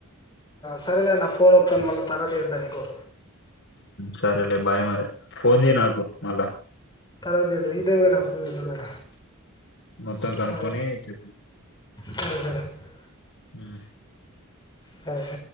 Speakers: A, on the left; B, on the left.
A: సరేలే నా ఫోన్ వతాను మళ తర్త ఎందానికు
B: సరేలే బాయ్ మరి ఫోన్ చేయ్య నాకు మళ్ళా
A: తర్వాత చేత్తా ఇదే పోయినా ఫోన్ చేద్దాం
B: మొత్తం కనుక్కొని
A: సరే
B: చెప్ప
A: సరే సరే
B: ఆ
A: స